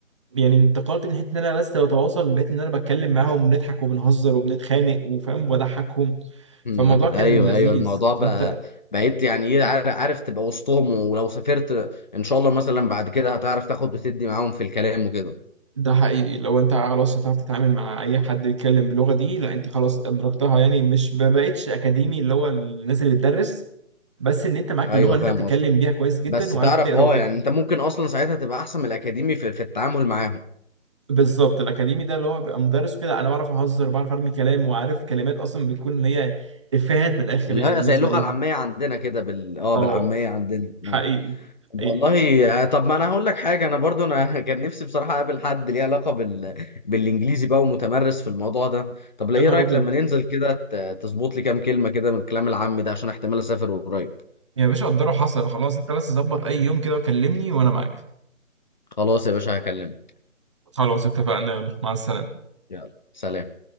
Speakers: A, on the right; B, on the left.
A: يعني انتقلت من حته ان انا بس بتواصل بقيت ان انا بتكلم معاهم وبنضحك وبنهزر وبنتخانق وفاهم وبضحكهم
B: مم.
A: فالموضوع كان
B: ايوه
A: لذيذ
B: ايوه الموضوع
A: فانت
B: بقى بقيت يعني ايه عار- عارف تبقى وسطهم ولو سافرت ان شاء الله مثلا بعد كده هتعرف تاخد وتدي معاهم في الكلام وكده
A: ده حقيقي لو انت خلاص هتعرف تتعامل مع اي حد بيتكلم باللغه دي لا انت خلاص ادركتها يعني مش ما بقتش اكاديمي اللي هو الناس اللي بتدرس بس ان انت معاك
B: ايوه
A: اللغه اللي
B: فاهم
A: انت بتتكلم
B: قصدي
A: بيها كويس جدا
B: بس
A: وعارف
B: تعرف
A: تقرا
B: اه
A: وتكتب
B: يعني انت ممكن اصلا ساعتها تبقى احسن من الاكاديمي في, في التعامل معاهم
A: بالظبط الاكاديمي ده اللي هو بيبقى مدرس وكده انا بعرف اهزر بعرف ارمي كلام وعارف كلمات اصلا بتكون اللي هي افيهات من الاخر
B: اللي
A: يعني
B: هي
A: بالنسبه
B: زي اللغه
A: ليهم
B: العاميه عندنا كده بال اه
A: اه
B: بالعاميه عندنا
A: حقيقي
B: آه. والله
A: حقيقي
B: آه، طب ما انا هقول لك حاجه انا برضو انا <laughs> كان نفسي بصراحه اقابل حد ليه علاقه بال... بالانجليزي بقى ومتمرس في الموضوع ده طب لا
A: يا
B: ايه
A: نهار
B: رايك
A: ابيض
B: لما ننزل كده ت- تظبط لي كام كلمه كده من الكلام العام ده عشان احتمال اسافر قريب
A: يا باشا قدره حصل خلاص انت بس ظبط اي يوم كده وكلمني وانا معاك
B: خلاص يا باشا هكلمك
A: خلاص اتفقنا يلا مع السلامه
B: يلا سلام